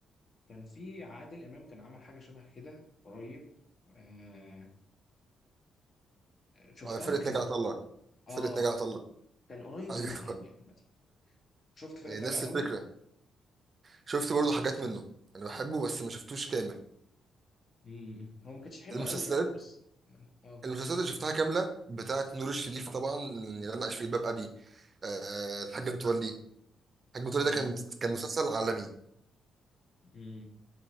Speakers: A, on the left; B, on the right.
A: كان في عادل امام كان عمل حاجه شبه كده قريب آه شفتها
B: آه، فرقه
A: كان
B: نجا عطله
A: اه
B: فرقه نجا عطله
A: كان قريب
B: <laughs> ايوه
A: منها قوي يعني شفت فرقه
B: إيه،
A: ناجي
B: نفس
A: عطا
B: الفكره
A: الله ده
B: شفت برضو حاجات منه انا بحبه بس ما شفتوش كامل
A: امم هو ما كانتش حلوه
B: المسلسلات
A: قوي برضو بس اه
B: المسلسلات اللي شفتها كامله بتاعت نور الشريف طبعا اللي انا عايش في جلباب ابي آه، الحاج متولي الحاج متولي
A: امم
B: ده كان كان مسلسل عالمي
A: امم